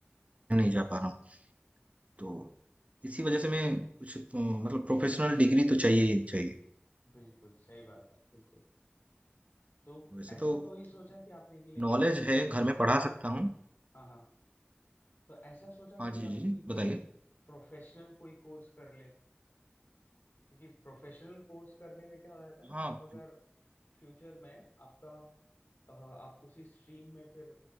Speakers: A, on the right; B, on the left.
A: नहीं जा पा रहा हूँ तो इसी वजह से मैं कुछ अ, मतलब प्रोफेशनल डिग्री तो चाहिए ही चाहिए
B: बिल्कुल सही बात है बिल्कुल तो
A: वैसे
B: ऐसा
A: तो
B: कभी सोचा कि आपने कि लाइक
A: नॉलेज
B: कुछ ऐसा
A: है घर में पढ़ा सकता हूँ
B: हाँ हाँ तो ऐसा सोचा
A: हाँ
B: कभी
A: जी
B: आपने
A: जी जी,
B: कि
A: बताइए
B: कोई प्रोफेशनल कोई कोर्स कर लें क्योंकि प्रोफेशनल कोर्स करने में क्या हो जाता है ना
A: हाँ
B: आप अगर फ्यूचर में आपका अ, आप उसी स्ट्रीम में फिर